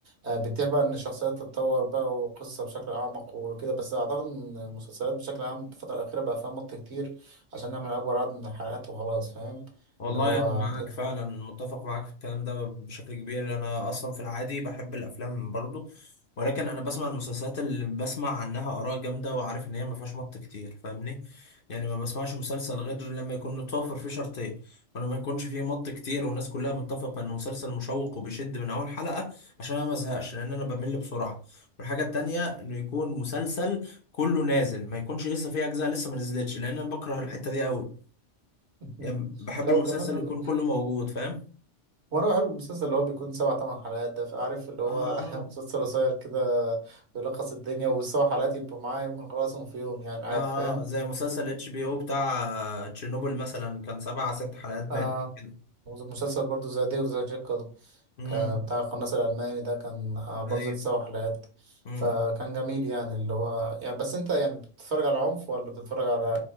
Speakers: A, on the right; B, on the left.
A: آه، بتبيع بقى ان الشخصيات تتطور بقى وقصة بشكل اعمق وكده بس اعتقد ان المسلسلات بشكل عام في الفترة الاخيرة بقى فيها مط كتير عشان نعمل اكبر عدد من الحلقات وخلاص فاهم
B: والله
A: اللي هو
B: أنا معاك
A: بتدفع
B: فعلا متفق معاك في الكلام ده بشكل كبير أنا أصلا في العادي بحب الأفلام برضه ولكن أنا بسمع المسلسلات اللي بسمع عنها آراء جامدة وعارف إن هي مفيهاش مط كتير فاهمني يعني ما بسمعش مسلسل غير لما يكون متوفر فيه شرطين ولما يكونش فيه مط كتير والناس كلها متفقة إنه مسلسل مشوق وبيشد من أول حلقة عشان أنا مزهقش لأن أنا بمل بسرعة والحاجة التانية إنه يكون مسلسل كله نازل ما يكونش لسه فيه أجزاء لسه ما نزلتش لأن أنا بكره الحتة دي أوي
A: <laughs>
B: يعني بحب
A: لو
B: المسلسل
A: كمان انا
B: يكون كله موجود فاهم
A: وانا بحب المسلسل اللي هو بيكون سبع ثمان حلقات ده فعارف اللي هو
B: اه
A: <laughs> مسلسل قصير كده بيلخص الدنيا والسبع حلقات يبقوا معايا ممكن اخلصهم في يوم يعني عادي
B: اه
A: فاهم
B: زي مسلسل اتش بي او بتاع آه، تشيرنوبل مثلا كان سبع ست حلقات باين
A: آه
B: كده
A: مسلسل برضو زي ديف زي جيكل
B: امم
A: ك- بتاع القناص الألماني ده كان برضه
B: ايوه
A: ست سبع حلقات
B: مم.
A: فكان جميل يعني اللي هو يعني بس انت يعني بتتفرج على عنف ولا بتتفرج على